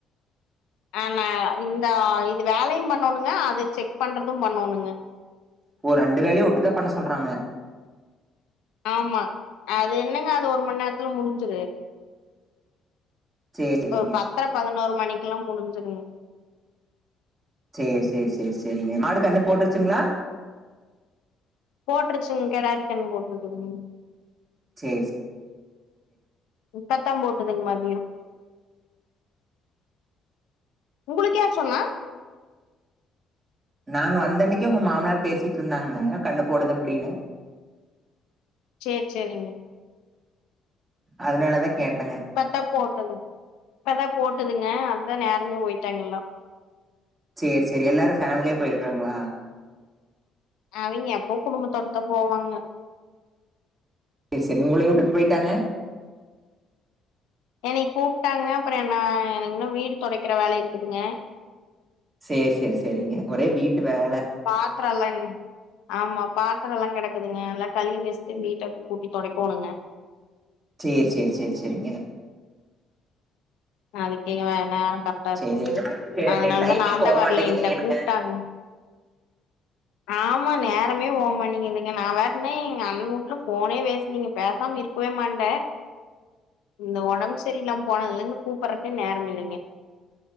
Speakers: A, on the left; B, on the right.
A: ஆனா இந்த இது வேலையு பண்ணோணுங்க அத செக் பண்றதும் பண்ணோணுங்க
B: ஓ ரெண்டு வேலையு ஒட்டுக்கா பண்ண சொல்றாங்க
A: ஆமா அது என்னங்க அது ஒரு மண் நேரத்துல முடிஞ்சிரு
B: சேர் சேரிங்க
A: ஒரு பத்தர பதினோரு மணிக்கெல்லா முடிஞ்சிருங்க
B: சேர் சேர் சேர் செரிங்க மாடு கண்ணு போட்டுருச்சுங்களா
A: போட்டுருச்சுங்க கெடாரி கன்னு போட்டுருக்குதுங்க
B: சேரி
A: இப்பதா போட்டுதுங் மதியோ உங்களுக்கு யார் சொன்னா
B: நாங்க வந்தன்னைக்கே உங்க மாமனார் பேசிட் இருந்தாங்க கன்னு போடுது அப்டின்னு
A: சேர் செரிங்க
B: அதனாலதா கேட்டங்க
A: இப்பதா போட்டுதுங் இப்பதா போட்டுதுங்க அதுதா நேரமே ஓய்ட்டாங்க எல்லா
B: சேர் செரி எல்லாரு ஃபேமிலியா போய்ருக்றாங்ளா
A: அவிங்க எப்பவு குடும்பத்தோடதா போவாங்க
B: அதுசரி உங்களயு உட்டுட்டு போய்ட்டாங்க
A: என்னயு கூப்ட்டாங்க அப்புறோ நா எனக்கு இன்னு வீடு தொடைக்கிற வேல இருக்குதுங்க
B: சேர் செரி செரிங்க ஒரே வீட்டு வேல
A: பாத்ரோலங் ஆமா பாத்தரோல கெடக்குதுங்க நல்லா கழுவி வச்ட்டு வீட்ட ப்ப கூட்டி தொடைக்கொணுங்க
B: சேர் செர் செரி செரிங்க
A: நாளைக்கே வேணான்ட ட்டா இருக்குங்க
B: சேரி என்ன
A: அதனாலதா
B: டைமே
A: நாந்தா
B: போக
A: வர்லைன்ட்ட
B: மாட்டேங்குது ஏனுங்க
A: கூப்ட்டாங்க ஆமா நேரமே போ மானிக்குதுங்க நா வேறனே எங்க அண்ண ஊட்ல போனே பேஸ்லைங்க பேசாம இருக் குவே மாண்ட இந்த ஒடம்பு சரியில்லாம போனதுல இருந்து கூப்பட்றக்கே நேரமில்லைங்க